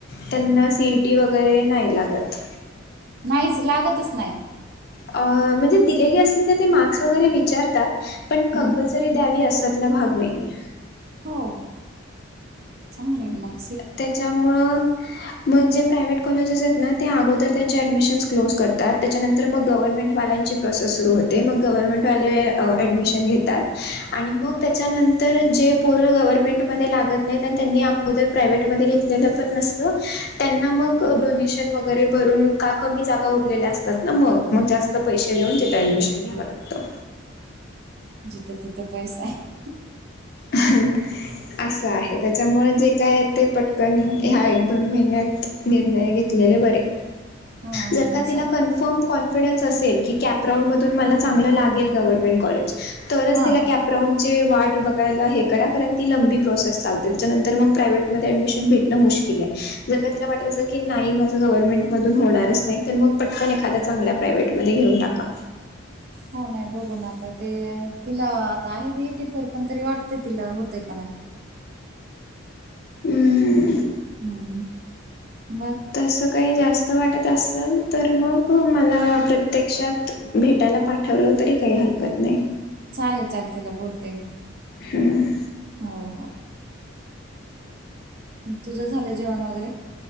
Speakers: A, on the left; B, on the right.
A: त्यांना सीईटी वगैरे नाही लागत.
B: नाहीच लागतच नाही.
A: म्हणजे दिलेली असली तर मार्कस वैगेरे विचारत पण कंप
B: हम्म
A: सरी द्यावी असल्यातला भाग नाहीये
B: हो, चांगलंय मंग
A: त्याच्यामूळ मग जे प्रायव्ट कॉलेजेस आहेत ना त्या अगोदर त्यांच्या ऍडमिशन क्लोज करतात त्याच्यानंतर तर मग गव्हर्मेंटवाल्यांची प्रोसेस सुरू होते, मग गव्हर्मेंटवाले ॲडमिशन घेतात आणि मग त्येच्यानंतर जे पोर गव्हर्नमेंटमध्ये लागत नाहीत आणि त्यांनी अगोदर प्रायव्टमध्ये घेतलेलं पण नसत, त्यांना मग डोनेशन वगैरे भरून का कमी जागा उरलेल्या असतात ना मग, मग जास्त पैसे देऊन तिथे ऍडमिशन घ्याव लागतं.
B: जिथं तिथं पैसा आहे.
A: ह <unintelligible> असं आहे, त्याच्यामुळे जे काय ते पटकन ह्या एक दोन महिन्यात निर्णय घेतलेले बरे.
B: हा नाही
A: जर का
B: असा
A: तिला कन्फर्म कॉन्फिडन्स असेल की कॅप राऊंड मधून मला चांगलं लागेल गव्हर्मेंट कॉलेज, तरच
B: हा
A: तीला कॅप राऊंड चे वाट बघायला हे करा कर ती <unintelligible> लंबी प्रोसेस चालते त्याच्यानंतर मग प्रायव्हेट मध्ये ऍडमिशन भेटणं मुश्किल हे, जर का तिला वाटत असेल की, की नाही माझं गव्हर्नमेंट मधून होणारच नाही तर मग पटकन एखाद्या चांगल्या प्रायव्हेट मध्ये घेऊन टाका.
B: हो नाही बघून आता, ते तिला आता आहे एटी फोर पण तरी वाटत तिला होतंय का नाही.
A: हम, ह
B: हम्म, मग
A: तसं काही जास्त वाटत असल तर मग मला प्रत्यक्षात भेटायला पाठवलं तरी काही हरकत नाही.
B: चालेल चलेल तिला बोलते मी.
A: हम्म.
B: हो हो, तुझं झालं जेवण वगैरे?